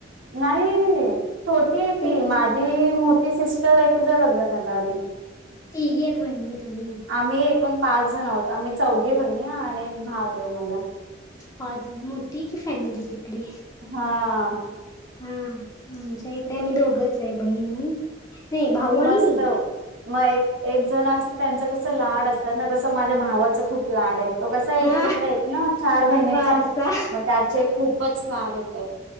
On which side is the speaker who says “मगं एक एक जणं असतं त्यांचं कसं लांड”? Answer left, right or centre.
Right